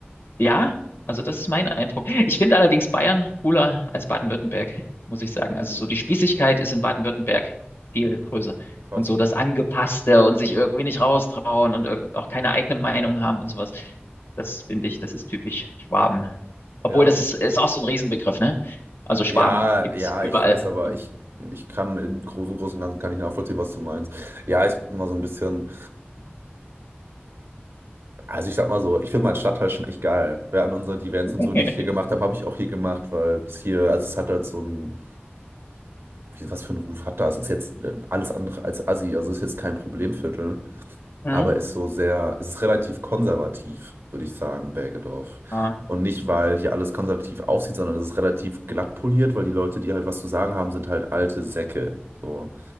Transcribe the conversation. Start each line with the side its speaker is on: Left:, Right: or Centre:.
Left: Ja, also das ist mein Eindruck. Ich finde allerdings Bayern cooler als Baden-Württemberg, muss ich sagen. Also so die Spießigkeit ist in Baden-Württemberg viel größer.
Right: Krass.
Left: Und so das Angepasste und sich irgendwie nicht raustrauen und irg- auch keine eigene Meinung haben und sowas. Das finde ich, das ist typisch Schwaben. Obwohl
Right: Ja,
Left: das
Right: okay.
Left: ist, ist auch so ein Riesenbegriff, ne? Also Schwaben
Right: Ja,
Left: gibt's
Right: ja,
Left: überall.
Right: ich weiß, aber
Left: Und,
Right: ich, ich kann im Großen, Großen und Ganzen kann ich nachvollziehen, was du meinst. Ja, ich bin immer so ein bisschen. Also ich sag mal so, ich finde meinen Stadtteil schon echt geil. Während unserer die Events
Left: <laughs>
Right: und so, die ich hier gemacht habe, habe ich auch hier gemacht, weil es hier, also es hat halt so ein, wie, was für einen Ruf hat das? Es ist jetzt äh, alles andere als Assi, also es ist jetzt kein Problemviertel,
Left: Mhm.
Right: aber ist so sehr, es ist relativ konservativ, würde ich sagen, Bergedorf.
Left: ja,
Right: Und nicht, weil hier alles konservativ aussieht, sondern es ist relativ glatt poliert, weil die Leute, die halt was zu sagen haben, sind halt alte Säcke. So.